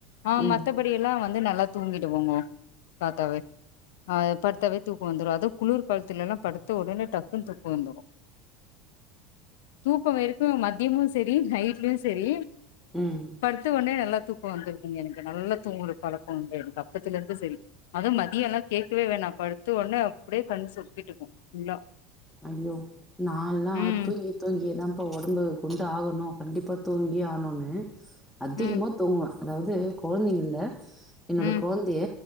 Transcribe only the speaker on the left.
ஆ
மத்தபடி எல்லா வந்து நல்லா தூங்கிடுவோங்க பாத்தாவே அது படுத்தாவே தூக்க வந்துரு அதுவு குளிர் காலத்துல எல்லா படுத்த ஒடனே டக்குன்னு தூக்க வந்துரு தூக்க வெரைக்கும் மத்தியமு செரி நைட்லயு செரி
படுத்தவொன்னே நல்லா தூக்க வந்துருதுங்க எனக்கு நல்லா தூங்குற பழக்கோ உண்டு எனக்கு அப்பத்துல இருந்து செரி அதுவு மதியல்லா கேக்கவே வேணா படுத்துவொன்னே அப்டியே கண் சொக்கிட்டு இருக்கு ஃபுல்லா
ம்
ம்
ம்